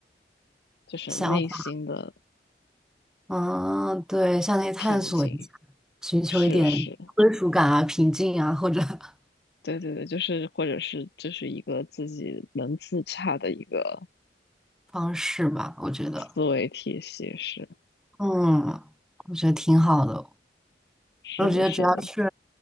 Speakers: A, on the left (about 70°); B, in the centre.
A: 就是内心的
B: 想法，嗯，对，向内探索一下，
A: 平静。
B: 寻求一点归属感啊、
A: 是是，
B: 平静啊，或者 <laughs>
A: 对对对，就是或者是就是一个自己能自洽的一个
B: 方式吧，我觉得，
A: 思维体系，是
B: 嗯，我觉得挺好的。
A: 是的，
B: 我觉得只要是
A: 是的。